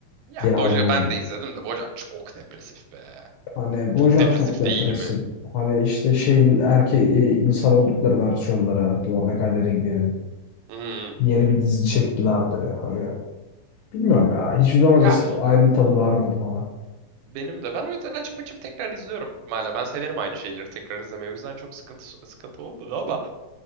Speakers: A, on the right; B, on the left.
A: Ya
B: diğer
A: Boja
B: bu
A: ben de izledim de Bojack çok depresif be.
B: Hani Bojack
A: Çok depresif
B: çok depresif.
A: değil mi?
B: Hani işte şeyin erke e, insan oldukları versiyonları Mordecai Rigby'nin
A: Hmm.
B: yeni bir dizi çektilerdi. Hani bilmiyorum ya hiçbir zaman
A: Ya
B: es- aynı tadı vermedi bana.
A: benim de ben o yüzden açıp açıp tekrar izliyorum hala. Ben severim aynı şeyleri tekrar izlemeyi. O yüzden çok sıkıntı sıkıntı olmadı ama